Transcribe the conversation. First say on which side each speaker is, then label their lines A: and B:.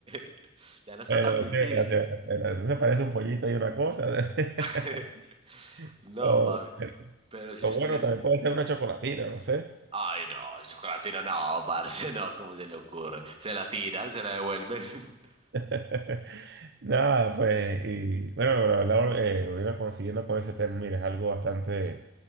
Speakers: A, on the right; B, on the right.
A: <laughs> ya no está
B: Pero,
A: tan
B: eh,
A: difícil.
B: o sea, pero eso parece un pollito y una cosa. <laughs>
A: <laughs> No,
B: O,
A: papi. Pero si
B: o
A: usted...
B: bueno, también puede ser una chocolatina, no sé.
A: Ay, no, el chocolate tira, no, parce, no, ¿cómo se le ocurre? Se la tiran, se la devuelven. <laughs>
B: <laughs> Nada, pues, y bueno, la verdad, eh, volviendo consiguiendo con ese tema, mira, es algo bastante,